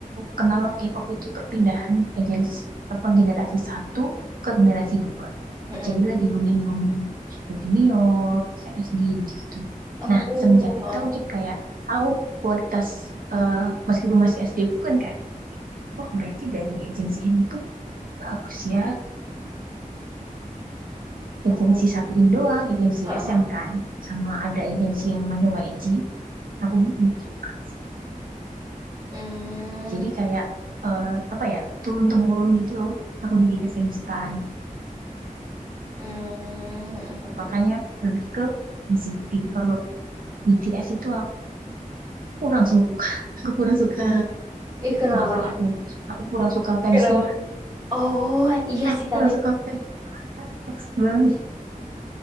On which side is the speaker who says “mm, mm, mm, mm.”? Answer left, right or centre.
Right